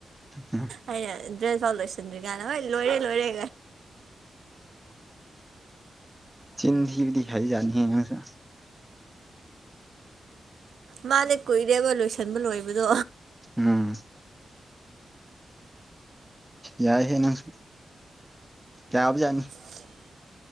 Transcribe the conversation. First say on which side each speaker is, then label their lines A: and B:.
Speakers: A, in the centre; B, on the right (about 80°).
A: ꯎꯝ
B: ꯑꯩꯅ ꯗ꯭ꯔꯦꯁ ꯐꯥꯎ ꯂꯣꯏꯁꯤꯟꯗ꯭ꯔꯤ ꯀꯥꯟꯗ ꯍꯣꯏ ꯂꯣꯏꯔꯦ ꯂꯣꯏꯔꯦ
A: ꯆꯤꯟ ꯊꯤꯕꯗꯤ ꯍꯩꯖꯥꯠꯅꯤꯍꯦ ꯅꯪꯁꯨ
B: ꯃꯥꯗꯤ ꯀꯨꯏꯔꯦꯕ ꯂꯣꯏꯁꯟꯕ ꯂꯣꯏꯕꯗꯣ
A: ꯎꯝ ꯌꯥꯏꯍꯦ ꯅꯪꯁꯨ ꯌꯥꯕꯖꯥꯠꯅꯤ
B: <unintelligible>